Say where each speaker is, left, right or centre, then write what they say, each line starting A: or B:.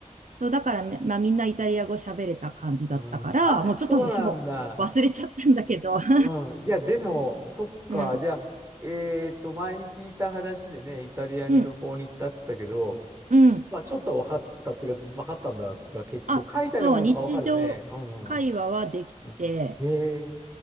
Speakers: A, on the right; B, on the right.
A: そう、だからめ、まあみんなイタリア語喋れた感じだったから、
B: うん。あ、
A: もうちょっと私も忘れちゃったんだけど。
B: そうなんだ。
A: <laughs>
B: うん。いや、でも、そっか。
A: うん、
B: じゃあ、えっと、前に聞いた話でね、イタリアに旅行に行ったって言ってたけど、
A: うん、うん。
B: まあ、ちょっとは分かったっていうか、分かったんだ。じゃあ、結構、
A: あ、
B: 書いてあるもんとか分かるよね。
A: そう、日常会話はできて、
B: うん、うん。うんええ、